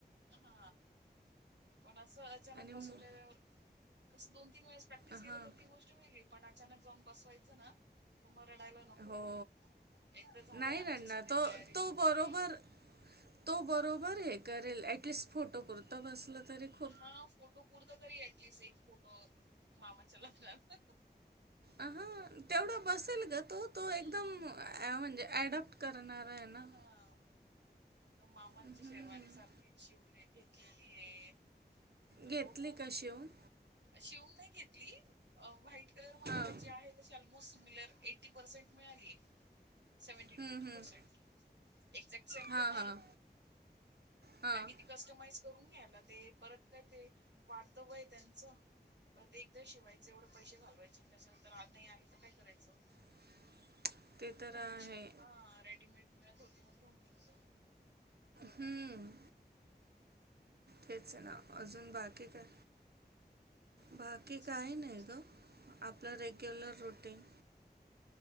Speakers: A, on the right (about 85°); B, on the right (about 65°).
A: हा पण असं अचानक
B: आणि
A: बसवलेल्या
B: मु
A: कस दोन तीन वेळेस प्रॅक्टी
B: हां
A: - तीस किलोच ती गोष्ट वेगळी पण अनऊन बसवायच ना मग रडायला नको
B: हो.
A: एक तर झालंय
B: नाही रडणार
A: आमची सगळी
B: तो
A: तयारी
B: तो
A: झालेलीय
B: बरोबर तो बरोबर हे करेल एटलिस्ट फोटो पुरता बसला तरी -
A: हा फोटो पुुरता तरी एटलिस्ट एक फोटो मामाच्या लग्नात
B: आहा तेवढं बसेल ग तो तो
A: हम्म
B: एकदम म्हणजे अडप्ट करणारा आहे ना
A: हा तर मामांची
B: हं.
A: शेरवानी सारखी शिवले घेतलेली आहे तर
B: घेतली
A: बघू
B: का शिवून
A: शिवून नाही घेतली व्हाईट कलर मध्ये
B: हां.
A: त्याची आहे त्याची ऑलमोस्ट सिमिलर एटी पर्सेंट मिळाली सेव्हटी
B: हं,
A: ट एटी
B: हं.
A: पसेंट एक्झॅक्ट सेम
B: हां,
A: तर नाही
B: हां.
A: कारण
B: हां.
A: किती कस्टमाइज करून घ्याला ते परत काय ते वाढत वय त्यांचं परत एकदा शिवायचं एवढं पैसे घालवायचे आणि त्याच्यानंतर आज नाही आली तर काय करायचं
B: <inaudible>
A: त्यापेक्षा
B: आहे.
A: हा रेडीमेड मिळत होते मगेऊन घेत -
B: हम्म तेच ना अजून बाकी काय बाकी
A: काय नाही सगळं
B: काही
A: व्यवस्थित
B: नाही ग आपलं रेग्युलर रुटींग